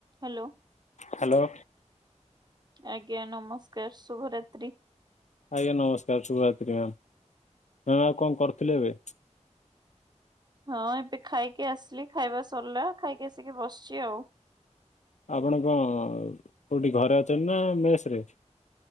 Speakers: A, on the right; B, on the left.
A: Hello.
B: Hello
A: ଆଜ୍ଞା ନମସ୍କାର ଶୁଭରାତ୍ରି।
B: ଆଜ୍ଞା ନମସ୍କାର ଶୁଭରାତ୍ରୀ ମ୍ୟାମ ମ୍ୟାମ ଆଉ କଣ କରୁଥିଲେ ଏବେ?
A: ହଁ ଏବେ ଖାଇକି ଆସିଲି ଖାଇବା ସରିଲା ଖାଇକି ଆସିକି ବସଚି ଆଉ।
B: ଆପଣ କଣ କୋଉଠି ଘରେ ଅଛନ୍ତି ନା ମେସ ରେ?